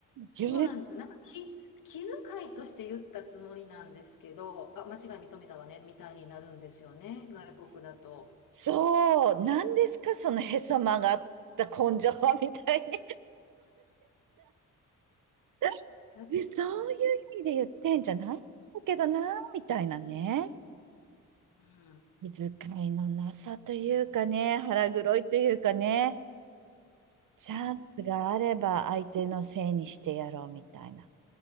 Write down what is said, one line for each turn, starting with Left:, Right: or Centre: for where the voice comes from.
Right: 言われ、
Left: そうなんですよ。なんか気、気遣いとして言ったつもりなんですけど、あ、間違い認めたわね、みたいになるんですよね、外国だと。
Right: そう、何ですか、そのへそ曲がった根性はみたいに。<laughs>
Left: 確かに。
Right: そういう意味で言ってんじゃないんだけどな、みたいなね。
Left: うん。
Right: 気遣いのなさというかね、腹黒いというかね、チャンスがあれば相手のせいにしてやろうみたいな。
Left: うん、